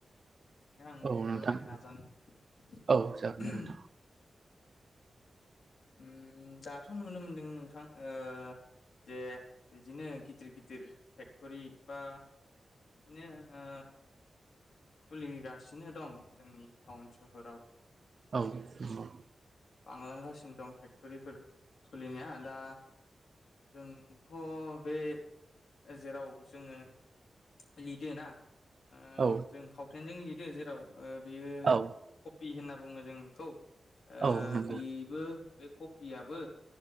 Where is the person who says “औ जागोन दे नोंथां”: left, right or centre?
Right